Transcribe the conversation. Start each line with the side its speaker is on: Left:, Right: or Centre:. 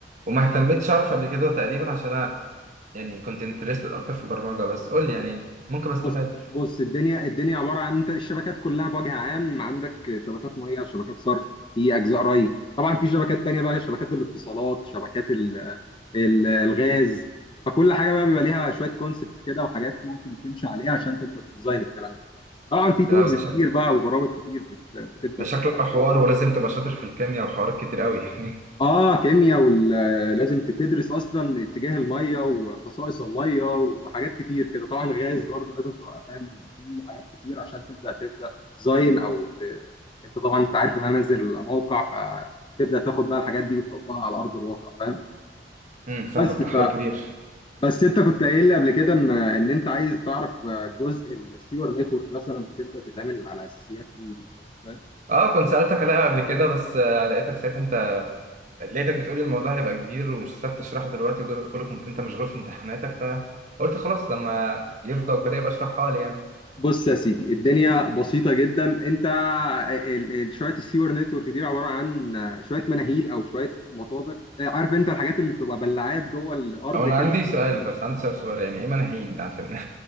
Right: وما اهتمتش اعرف قبل كده تقريبا عشان انا يعني كنت انترستد اكتر في البرمجة بس قول لي يعني ممكن استفاد
Left: بص بص الدنيا الدنيا عباره عن انت الشبكات كلها بوجه عام عندك شبكات ميه شبكات صرف في اجزاء ري طبعا في شبكات تانية بقى شبكات الاتصالات شبكات ال ال الغاز فكل حاجه بقى بيبقى ليها شويه كونسبتس كده وحاجات ممكن تمشي عليها عشان تبدا تديزاين الكلام ده طبعا في تولز
Right: لو ده
Left: كتير بقى وبرامج كتير بت- بتبدا
Right: ده
Left: تشتغل
Right: شكله حوار ولازم تبقى شاطر في الكيمياء وحوارات كتير قوي <laughs>
Left: اه كيمياء ولازم تدرس اصلا اتجاه الميه وخصائص الميه وحاجات كتير كده طبعا غاز برضه لازم تبقى فاهم في حاجات كتير عشان تبدا تبدا تديزاين او ت... انت طبعا انت عارف ان انا انزل موقع فتبدا تاخد بقى الحاجات دي وتطبقها على ارض الواقع فاهم
Right: امم فاهمك
Left: بس ف...
Right: ده حوار كبير
Left: بس انت كنت قايل لي قبل كده ان ان انت عايز تعرف جزء السيور نتورك مثلا بتبدا تتعمل على اساسيات ايه بالظبط فاهم
Right: اه كنت سألتك عليها قبل كده بس آه، لقيتك ساعتها انت لقيتك بتقولي الموضوع هيبقى كبير ومش هتعرف تشرحه دلوقتي وكده كله كنت انت مشغول في امتحاناتك فقلت خلاص لما يفضى وكده يبقى اشرحها لي يعني
Left: بص يا سيدي الدنيا بسيطة جدا انت ال- ال- شوية السيور نتورك دي عبارة عن شوية مناهيل او شوية مطابق آه، عارف انت الحاجات اللي بتبقى بلعات جوه الارض
Right: او انا
Left: كده
Right: عندي سؤال بس عندي سؤال صغير يعني ايه مناهيل عشان <laughs>